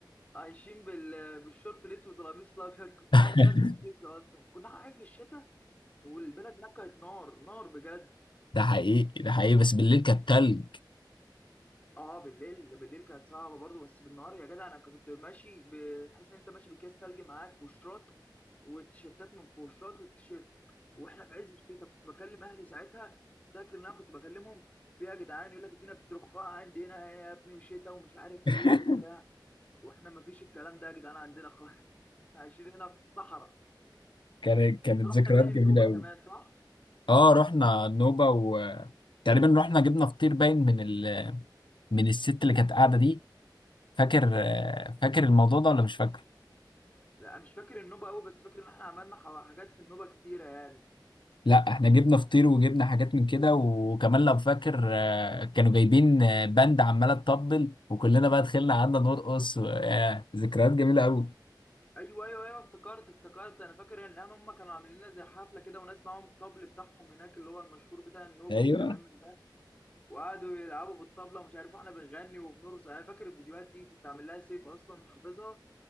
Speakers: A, on the left (about 20°); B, on the left (about 80°).
A: عايشين بال... بالشورت الاسود والقميص الابيض كنت
B: <laughs>
A: انا عايش هناك بالصيف اصلا كنا رايحين في الشتاء والبلد هناك كانت نار نار بجد
B: ده حقيقي ده حقيقي بس بالليل كانت تلج
A: اه بالليل بالليل كانت صعبه برضه بس بالنهار يا جدع انا كنت ماشي بتحس ان انت ماشي باكياس تلج معاك وشراط والتيشيرتات من فوق الشراط والتيشيرت واحنا في عز الشتاء كنت بكلم اهلي ساعتها فاكر ان انا كنت بكلمهم في إيه يا جدعان يقول لك الدنيا بترخاء عندي هنا يا ابني وشتاء ومش عارف
B: <laughs>
A: ايه وبتاع واحنا ما فيش الكلام ده يا جدعان عندنا خالص <laughs> عايشين هنا في صحراء
B: كانت كانت
A: رحنا
B: ذكريات
A: باين
B: جميله
A: النوبة
B: قوي
A: كمان صح؟
B: اه رحنا نوبه وتقريبا رحنا جبنا فطير باين من ال... من الست اللي كانت قاعده دي فاكر آه، فاكر الموضوع ده ولا مش فاكر
A: لا مش فاكر النوبة قوي بس فاكر ان احنا عملنا حوا- حاجات في النوبة كتيرة يعني
B: لا احنا جبنا فطير وجبنا حاجات من كده وكمان لو فاكر آه، كانوا جايبين آه، باند عماله تطبل وكلنا بقى دخلنا قعدنا نرقص و- آه، ذكريات جميله قوي
A: ايوه ايوه ايوه افتكرت افتكرت انا فاكر يعني ان هم كانوا عاملين لنا زي حفلة كده وناس معاهم الطبل بتاعهم هناك اللي هو المشهور بتاع النوبة
B: ايوه
A: والكلام من ده وقعدوا يلعبوا بالطبلة ومش عارف احنا بنغني وبنرقص انا فاكر الفيديوهات دي كنت عامل لها سيف اصلا حافظها